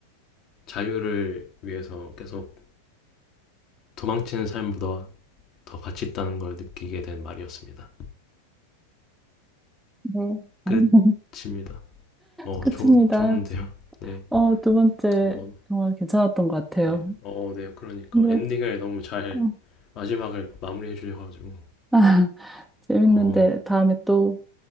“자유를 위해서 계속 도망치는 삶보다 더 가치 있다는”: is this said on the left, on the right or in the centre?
Left